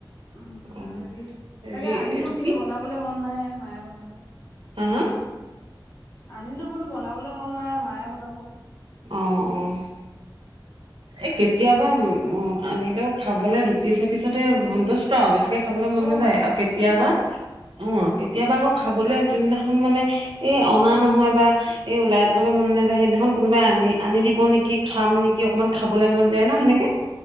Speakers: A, on the left; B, on the right.
A: উম,
B: অ
A: হেৰি
B: হেৰি
A: তাকে আনিলোঁ
B: এইটো
A: কিন্তু
B: কি
A: বনাবলে মন নাই, মায়ে বনাব।
B: হাঁ-হাঁ?
A: আনিলোঁ বোলোঁ বনাবলৈ মন নাই মায়ে বনাব।
B: অ', অ'। এই কেতিয়াবা উম আনিলেও খাবলে ডুপিছ, এপিছতে সন্তোষ্ট- ত বেছিকে খাবলৈ মন
A: অ
B: নাযায় আৰু কেতিয়াবা,
A: কেলে জান
B: অ'। কেতিয়াবা আকৌ খাবলে, যোনদিনাখন মানে এই অনা নহয় বা এ উলাই যাবলৈ মন নাযায় সেইদিনাখন কোনোবাই আনি আনি দিব নেকি, খাম নেকি অকমান খাবলৈ মন যায় ন সেনেকে?